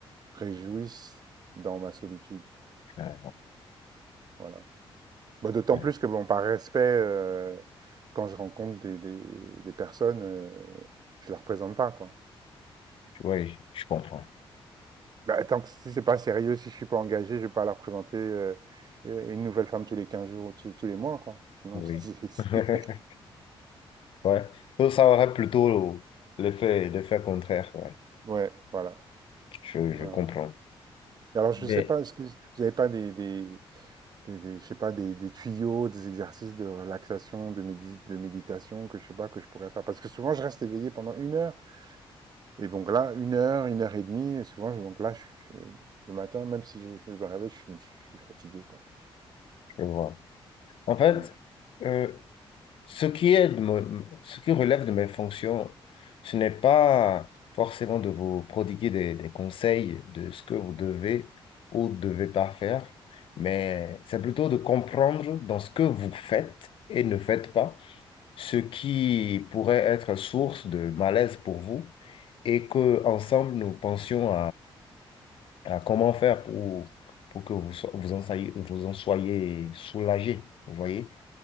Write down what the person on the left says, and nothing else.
Euh,
ouais.
Oui, je comprends.
Oui.
<laughs> Ouais. Donc, ça aurait plutôt l'effet, l'effet contraire. Ouais.
Je,
je comprends.
Mais
Je vois. En fait,
euh, ce qui est de mon- ce qui relève de mes fonctions, ce n'est pas forcément de vous prodiguer des, des conseils de ce que vous devez ou devez pas faire, mais c'est plutôt de comprendre dans ce que vous faites et ne faites pas, ce qui pourrait être source de malaise pour vous et que ensemble nous pensions Euh, comment faire pour, pour que vous, so- vous en soyez, vous en soyez soulagé, vous voyez?